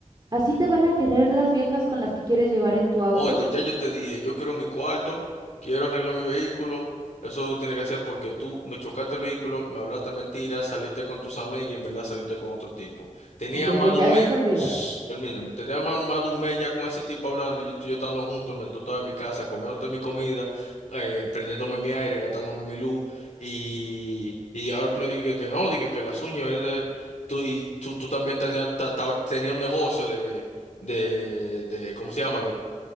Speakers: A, on the right (about 35°); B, on the left (about 80°).
A: ¿Así te van a querer las viejas con las que quieres llevar en tu auto?
B: Oye, ya yo te dije, yo quiero mi cuarto, quiero arreglar mi vehículo. Eso tiene que hacer porque tú me chocaste el vehículo, me hablaste mentiras, saliste con tus amigos y en verdad saliste con otro tipo. Tenía
A: Desde
B: más de
A: ya
B: un mes,
A: eso olvídalo.
B: Shh, permíteme, tenía más, más de un mes ya con ese tipo hablando y yo, tú y yo estando juntos, mientras tú estabas en mi casa, comiéndote mi comida, eh, prendiéndome mi aire, gastándome mi luz y, y ahora tú me dices que, que no, dije que las uñas, veniste- tú, y tú, tú también tenías ta- ta- tenías un negocio de, de, de, ¿cómo se llama?